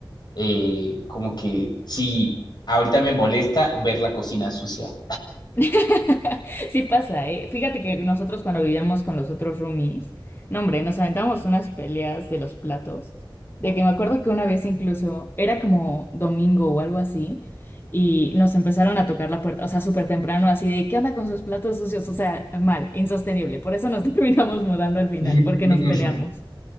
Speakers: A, on the left; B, on the left.
A: eh, como que sí, ahorita me molesta ver la cocina sucia.
B: <laughs> Sí pasa, ¿eh? Fíjate que nosotros cuando vivíamos con los otros roomies, no hombre, nos aventamos unas peleas de los platos, de que me acuerdo que una vez incluso era como domingo o algo así, y nos empezaron a tocar la puerta, o sea, súper temprano, así de, ¿qué onda con sus platos sucios? O sea, mal, insostenible. Por eso nos <laughs> terminamos mudando al final,
A: <laughs>
B: porque nos peleamos.